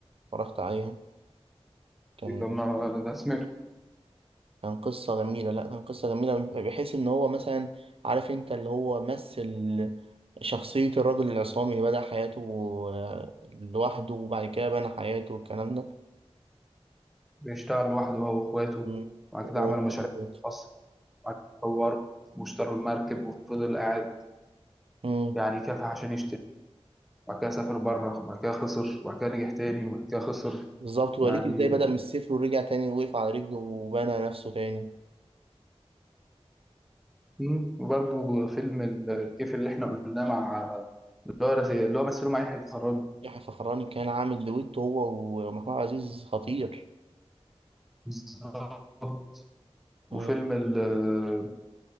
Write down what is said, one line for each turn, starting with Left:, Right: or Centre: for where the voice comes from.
Right: اتفرجت عليها كان
Centre: كان انا سمعته
Right: كان قصة جميلة لا كان قصة جميلة بحيث ان هو مثلا عارف انت اللي هو مثل شخصية الرجل العصامي اللي بدأ حياته آه، لوحده وبعد كده بنى حياته والكلام ده
Centre: بيشتغل لوحده هو واخواته
Right: مم.
Centre: وبعد
Right: و-
Centre: كده عملوا مشاريع خاصة وبعد كده طوروا واشتروا المركب وفضل قاعد
Right: مم.
Centre: يعني كافح عشان يشتري وبعد كده سافر بره وبعد كده خسر وبعد كده نجح تاني وبعد كده خسر
Right: بالظبط وريك
Centre: يعني
Right: ازاي بدأ من الصفر ورجع تاني وقف على رجله وبنى نفسه تاني
Centre: مم. وبرضه فيلم ال- الكيف اللي احنا قلناه مع اللي هو رس- اللي هو مثله مع يحيى الفخراني
Right: يحيى الفخراني كان عامل دويتو هو ومحمود عبد العزيز خطير
Centre: بالظبط وفيلم
Right: مم.
Centre: ال- اللي